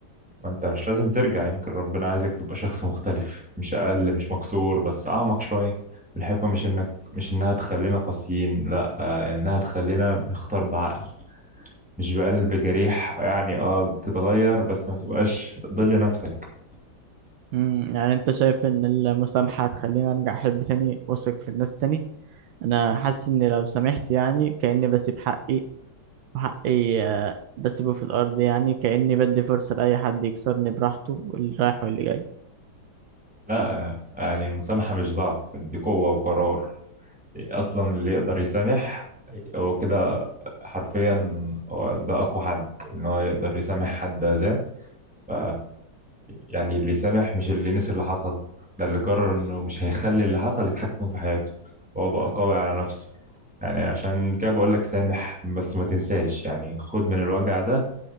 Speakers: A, in the centre; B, on the right.
A: وانت مش لازم ترجع يمكن ربنا عايزك تبقى شخص مختلف مش اقل مش مكسور بس اعمق شوية الحكمة مش انك مش انها تخلينا قاسيين لا آه، انها تخلينا نختار بعقل مش بقلب جريح يعني اه بتتغير بس ما تبقاش ضل نفسك
B: مم. يعني أنت شايف إن المسامحة هتخليني أرجع أحب تاني وأثق في الناس تاني أنا حاسس إن لو سامحت يعني كأني بسيب حقي وحقي آه، بسيبه في الأرض يعني كأني بدي فرصة لأي حد يكسرني براحته واللي رايح واللي جاي
A: لا آه، يعني المسامحة مش ضعف دي قوة وقرار اصلا اللي يقدر يسامح هو كده حرفيا هو ده اقوى حد ان هو يقدر يسامح حد ده ف يعني اللي يسامح مش اللي نسي اللي حصل ده اللي قرر انه مش هيخلي اللي حصل يتحكم في حياته وهو بقى قوي على نفسه يعني عشان كده بقول لك سامح بس ما تنساش يعني خد من الوجع ده